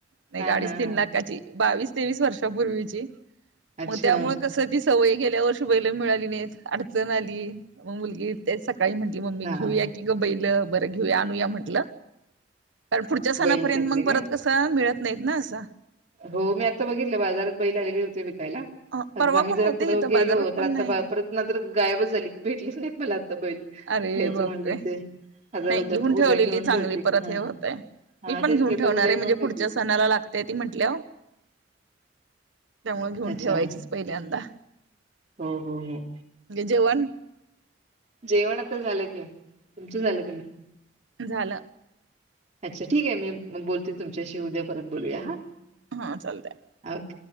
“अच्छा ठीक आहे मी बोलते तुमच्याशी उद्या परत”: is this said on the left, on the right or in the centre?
Right